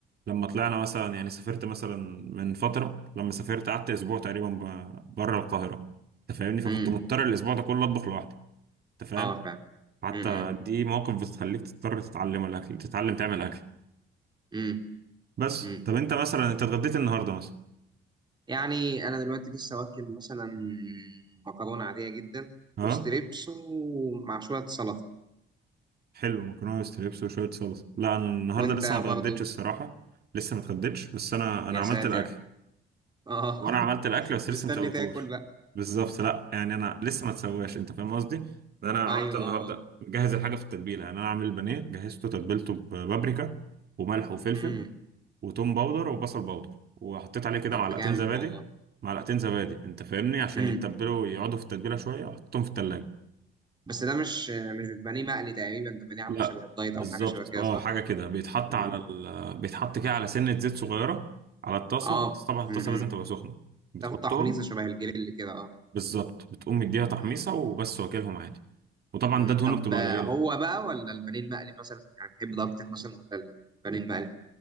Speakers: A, on the right; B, on the right.
A: لما طلعنا مثلا يعني سافرت مثلا من فتره لما سافرت قعدت اسبوع تقريبا بره القاهره انت فاهمني فكنت
B: امم
A: مضطر الاسبوع ده كله اطبخ لوحدي انت فاهم
B: اه فعلا
A: حتى
B: امم
A: دي مواقف بتخليك تضطر تتعلم الاكل تتعلم تعمل اكل
B: امم
A: بس
B: امم
A: طب انت مثلا انت اتغديت النهارده مثلا
B: يعني انا دلوقتي لسه واكل مثلا مكرونه عاديه جدا
A: اه
B: وستريبس ومع شويه سلطه
A: حلو مكرونه وستريبس وشويه صلصه لا انا النهارده
B: وانت
A: لسه ما اتغديتش
B: برضو
A: الصراحه لسه ما اتغديتش بس انا انا
B: يا
A: عملت
B: ساتر
A: الاكل
B: اه
A: وانا
B: <laughs>
A: عملت الاكل بس
B: مستني
A: لسه ما سويتوش
B: تاكل بقى
A: بالظبط لا يعني انا لسه ما اتسواش انت فاهم قصدي ان انا عملت
B: ايوه
A: النهارده
B: اه اه
A: مجهز الحاجه في التتبيله يعني انا عامل البانيه جهزته تتبيلته ببابريكا وملح وفلفل
B: امم
A: وتوم باودر وبصل باودر وحطيت عليه كده
B: طب
A: معلقتين
B: ده جامد
A: زبادي
B: والله
A: معلقتين زبادي انت فاهمني عشان
B: امم
A: يتبلوا يقعدوا في التتبيله شويه وحطيتهم في التلاجة
B: بس ده مش مش بتبانيه مقلي تقريبا ده بتبانيه عامل
A: لا
B: شبه الدايت
A: بالظبط
B: او حاجه شبه كده
A: اه
B: صح؟
A: حاجه كده بيتحط
B: امم
A: على ال... بيتحط كده على سنه زيت صغيره على الطاسه
B: اه
A: طبعا الطاسه
B: امم
A: لازم تبقى سخنه بتحطهم
B: تاخد تحميصه شبه الجريل كده اه
A: بالظبط بتقوم مديها تحميصه
B: امم
A: وبس واكلهم عادي وطبعا
B: أمم.
A: ده دهونه
B: طب
A: بتبقى
B: آه،
A: قليله
B: هو بقى ولا البانيه المقلي مثلا يعني بتحب ده اكتر مثلا ولا البانيه المقلي؟